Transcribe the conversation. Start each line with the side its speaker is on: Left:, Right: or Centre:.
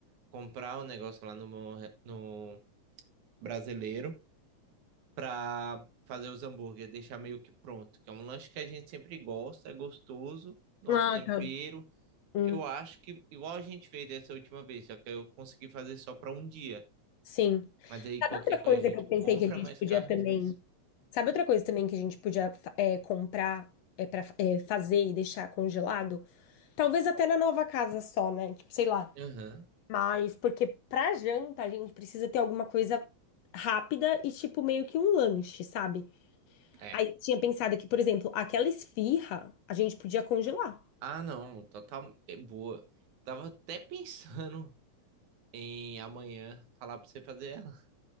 Right: comprar o negócio lá no, mo- no brasileiro para fazer os hambúrgueres, deixar meio que pronto, que é um lanche que a gente sempre gosta, é gostoso, nosso
Left: Ah,
Right: tempero.
Left: tá. hum,
Right: Eu acho que igual a gente fez dessa última vez, só que eu consegui fazer só para um dia.
Left: sim.
Right: Mas aí qualquer
Left: Sabe outra
Right: coisa
Left: coisa
Right: a gente
Left: que eu pensei
Right: compra
Left: que a gente
Right: mais
Left: podia
Right: carne
Left: também.
Right: e faz.
Left: Sabe outra coisa também que a gente podia fa- é, comprar é, para fazer e deixar congelado? Talvez até na nova casa só, né? Tipo, sei lá.
Right: Aham.
Left: Mas porque pra janta a gente precisa ter alguma coisa rápida e tipo meio que um lanche, sabe?
Right: É.
Left: Aí eu tinha pensado que, por exemplo, aquela esfirra a gente podia congelar.
Right: Ah, não, total é boa. Tava até <laughs> pensando em amanhã falar pra você fazer ela.